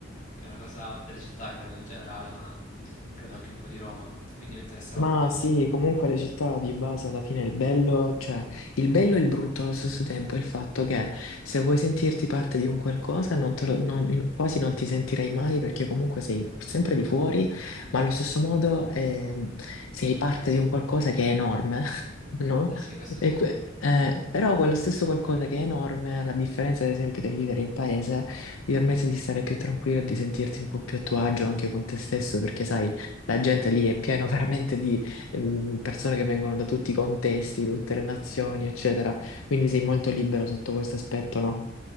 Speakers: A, on the left (about 40°); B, on the left (about 85°).
A: Che è una cosa delle città, credo in generale, ma credo anche un po' di Roma. Quindi mi interessava
B: Ma
A: molto.
B: sì, comunque le città di base alla fine il bello, cioè il bello e il brutto allo stesso tempo è il fatto che se vuoi sentirti parte di un qualcosa non te lo- non- in- quasi non ti sentirai mai perché comunque sei sempre di fuori, ma allo stesso modo ehm, sei parte di un qualcosa che è enorme, <laughs> no?
A: Eh sì, questo
B: E
A: sì.
B: que- eh, però quello stesso qualcosa che è enorme, alla differenza ad esempio del vivere in paese, ti permette di stare più tranquillo e di sentirti un po' più a tuo agio anche con te stesso perché sai la gente lì è piena <laughs> veramente di ehm, persone che vengono da tutti i contesti, da tutte le nazioni, eccetera. Quindi sei molto libero sotto questo aspetto, no?